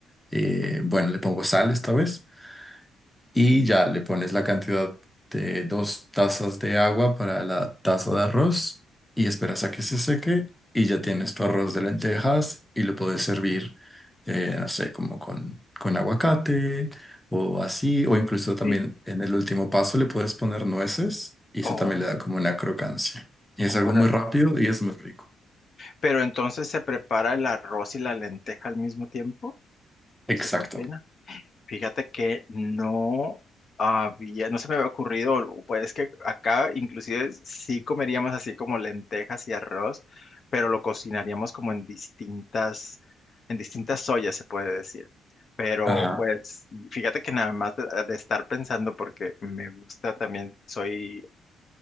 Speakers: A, in the centre; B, on the left (about 45°).
A: eh, bueno, le pongo sal esta vez y ya le pones la cantidad de dos tazas de agua para la taza de arroz y esperas a que se seque y ya tienes tu arroz de lentejas y lo puedes servir, eh, no sé, como con, con aguacate o así, o incluso también
B: Sí.
A: en el último paso le puedes poner nueces y eso
B: Oh,
A: también le da como una crocancia. Y es algo
B: órale.
A: muy rápido y es muy rico.
B: Pero entonces se prepara el arroz y la lenteja al mismo tiempo, se
A: Exacto.
B: cocina. Fíjate que no había, no se me había ocurrido, pues es que acá inclusive sí comeríamos así como lentejas y arroz, pero lo cocinaríamos como en distintas, en distintas ollas, se puede decir. Pero
A: Ajá.
B: pues fíjate que nada más de, de estar pensando, porque me gusta también, soy